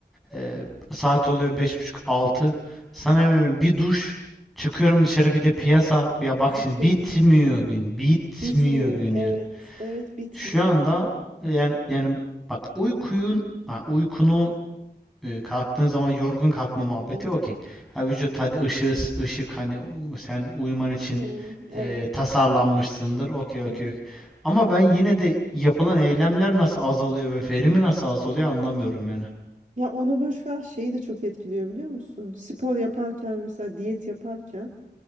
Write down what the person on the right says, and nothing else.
Hı hı.
Zıpkın
gibi.
Bitmiyor.
Evet.
Evet bitmiyor.
Hı hı.
Hı, evet.
Hı
hı.
Ya onu boş ver şeyi de çok etkiliyor biliyor musun? Spor yaparken ve mesela diyet yaparken